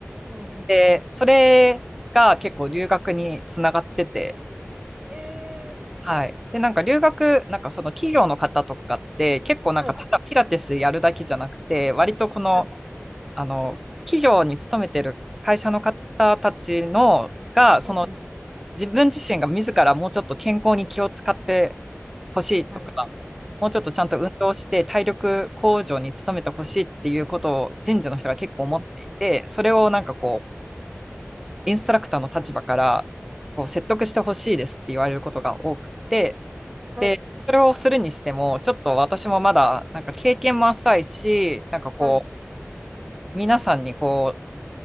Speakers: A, on the right; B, in the centre.
A: うんうん
B: で、それが結構留学につながってて、
A: ええ
B: はい。で、なんか留学、なんかその企業の方とかって、結構なんかただピラティスやるだけじゃなくて、
A: はい、
B: 割とこの
A: はい、
B: あの、企業に勤めてる会社の方たちのが、その
A: うん、うん、
B: 自分自身が自らもうちょっと健康に気を使ってほしいとか、
A: はい、
B: もうちょっとちゃんと運動して体力向上に努めてほしいっていうことを人事の人が結構思っていて、
A: はい、うん、うん、
B: それをなんかこう、
A: はい、
B: インストラクターの立場からこう説得してほしいですって言われることが多くて、
A: はい、
B: で、それをするにしても、ちょっと私もまだなんか経験も浅いし、なんかこ
A: はい、
B: う、皆さんにこう、